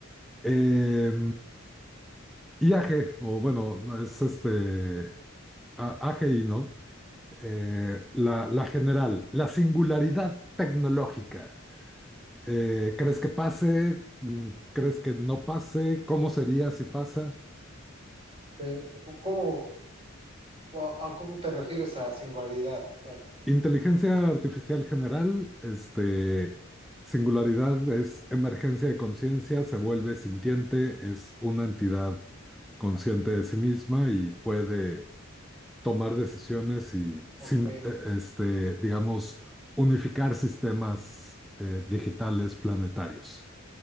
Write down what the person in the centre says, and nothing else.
Eh, I A G o bueno, no, es este a- AGI, ¿no? Eh, la, la general, la singularidad tecnológica. Eh, ¿crees que pase? Mm, ¿Crees que no pase? ¿Cómo sería si pasa?
Inteligencia artificial general, este, singularidad es emergencia de conciencia, se vuelve sintiente, es una entidad consciente de sí misma y puede tomar decisiones y,
sin, eh, este, digamos, unificar sistemas eh, digitales planetarios.